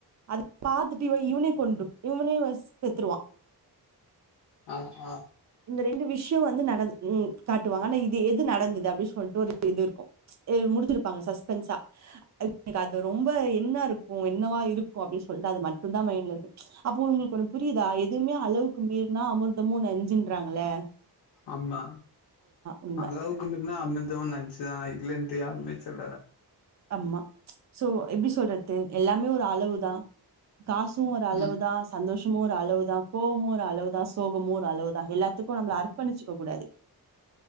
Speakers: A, on the right (about 45°); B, on the left (about 85°).
A: அதை பாத்துட்டு இவ இவன் இவன கொண்ருவ இவனஇவ செத்துருவா
B: ஆ ஆ
A: இந்த ரெண்டு விசயஸ் ங்வந்து நடந்தா காட்டுவாங்க ஆனா இது எது நடந்தது அப்டின்னு சொல்லிட்டு ஒரு இது இருக்கும் முடிசிருப்பாங்க ஸ்பென்ஸ த் அது ரொம்ப இன்ன இருக்கு என்னவா இருக்கு அப்டின்னு சொல்லிட்டு அது மட்டு தான் மைன்ல இருக்கு அப்போ உங்களுக்குண்ணு புரியுதா எதுவுமே அளவுக்கு மிறனா அமர்த் என்னமோ நெஞ்சுங்குறாங்களே
B: ஆமா
A: உண்மை
B: அளவுக்குமிர்னா அமிர்து நஞ்சா இல்லன்றியே யாருமே சொல்லல
A: ஆமா சோ எப்டி சொல்றது எல்லாமே ஒரு அளவுதான் காசும் ஒரு அளவுதா
B: ம்
A: சந்தோஷமு ஓரளவுதான் கோவமு ஒரளவு தான் சோகமோ ஓரளவுதான் எல்லாத்துக்கு நம்மல அர்பணிச்சுக்க கூடாது